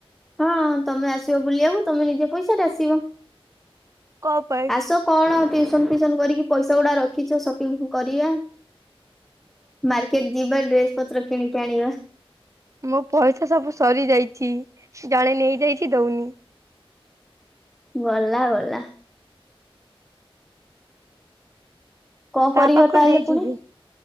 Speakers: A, in the centre; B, on the right.
A: ହଁଁ ତମେ ଆସିବ ବୁଲିବାକୁ ତମେ ନିଜ ପଇସା ରେ ଆସିବ।
B: କପାଇଁ।
A: ଆସ କଣ ଟିଉସନ୍ ଫିଉସନ୍ କରିକି ପଇସା ଗୁଡା ରଖିଛ ସପିଙ୍ଗ୍ କରିବା। ମାର୍କେଟ ଯିବା ଡ୍ରେସ୍ ପତ୍ର କିଣିକି ଆଣିବା।
B: ମୋ ପଇସା ସବୁ ସରି ଯାଇଚି ଜଣେ ନେଇ ଯାଇଚି ଦଉନି।
A: ଗଲା ଗଲା। କଣ
B: ତା
A: କରିବ
B: ପାଖ
A: ତାହେଲେ
B: ନେଇଯିବି
A: ପୁଣି?